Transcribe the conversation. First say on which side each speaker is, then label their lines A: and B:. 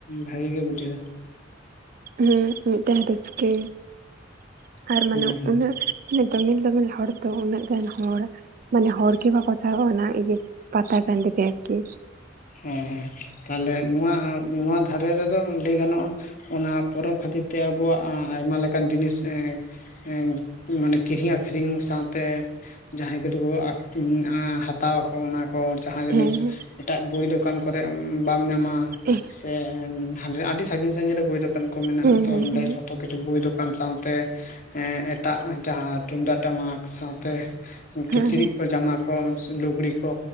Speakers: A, on the left (about 45°); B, on the right (about 45°).
A: ᱵᱷᱟᱹᱜᱤ ᱜᱮ ᱵᱩᱡᱷᱟᱹᱜᱼᱟ᱾
B: ᱦᱩᱸ ᱢᱤᱫᱴᱮᱱ ᱨᱟᱹᱥᱠᱟᱹ ᱟᱨ ᱢᱟᱱᱮ
A: ᱦᱮᱸ ᱦᱮᱸ
B: ᱩᱱᱟᱹᱜᱼᱼ ᱢᱟᱱᱮ ᱫᱚᱢᱮᱞ ᱫᱚᱢᱮᱞ ᱦᱚᱲ ᱫᱚ ᱩᱱᱟᱹᱜ ᱜᱟᱱ ᱦᱚᱲ᱾ ᱢᱟᱱᱮ ᱦᱚᱲ ᱜᱮ ᱵᱟᱠᱚ ᱥᱟᱦᱚᱵ ᱟ ᱚᱱᱟ ᱤᱭᱟᱹ ᱯᱟᱛᱟ ᱴᱟᱺᱰᱤ ᱛᱮ ᱟᱨᱠᱤ᱾
A: ᱦᱮᱸ ᱦᱮᱸ ᱛᱟᱦᱞᱮ ᱱᱚᱣᱟ ᱱᱚᱣᱟ ᱫᱷᱟᱨᱮ ᱨᱮᱫᱚ ᱞᱟᱹᱭ ᱜᱟᱱᱚᱜᱼᱟᱼᱼ ᱚᱱᱟ ᱯᱚᱨᱚᱵᱽ ᱠᱷᱟᱹᱛᱤᱨ ᱛᱮ ᱟᱵᱚᱣᱟᱜ ᱟᱭᱢᱟ ᱞᱮᱠᱟᱱ ᱡᱤᱱᱤᱥ ᱮᱸᱼᱼ ᱮᱸ ᱢᱟᱱᱮ ᱠᱤᱨᱤᱧ ᱟᱹᱠᱷᱨᱤᱧ ᱥᱟᱶᱛᱮᱼᱼ ᱡᱟᱦᱟᱸᱭ ᱠᱚᱫᱚ ᱠᱚ ᱟᱹᱨᱤᱧ ᱟ ᱦᱟᱛᱟᱣ ᱟᱠᱚ ᱚᱱᱟ᱾ ᱠᱚ ᱡᱟᱦᱟᱸ ᱡᱤᱱᱤᱥ
B: ᱦᱮᱸ
A: ᱮᱴᱟᱜ ᱵᱳᱭ ᱫᱚᱠᱟᱱ ᱠᱚᱨᱮ ᱵᱟᱢ ᱧᱟᱢᱟ᱾
B: ᱦᱮᱸ
A: <unintelligible> ᱟᱹᱰᱤ ᱥᱟᱺᱜᱤᱧ ᱥᱟᱺᱜᱤᱧ ᱨᱮ ᱵᱳᱭ ᱫᱚᱠᱟᱱ ᱠᱚ ᱢᱮᱱᱟᱜᱼᱟ
B: ᱦᱮᱸ
A: ᱛᱚ
B: ᱦᱮᱸ
A: ᱚᱸ
B: ᱦᱮᱸ
A: ᱡᱚᱛᱚᱼᱼ ᱠᱤᱪᱷᱩᱠ ᱵᱳᱭ ᱫᱚᱠᱟᱱ ᱥᱟᱶᱛᱮ, ᱮᱸ ᱮᱴᱟᱜ ᱡᱟᱦᱟᱸ ᱛᱩᱢᱫᱟᱜ ᱴᱟᱢᱟᱠ ᱥᱟᱶᱛᱮᱼᱼ
B: ᱦᱮᱸ
A: ᱠᱤᱪᱨᱤᱡ ᱠᱚ ᱡᱟᱢᱟ ᱠᱚ ᱞᱩᱜᱽᱲᱤ ᱠᱚ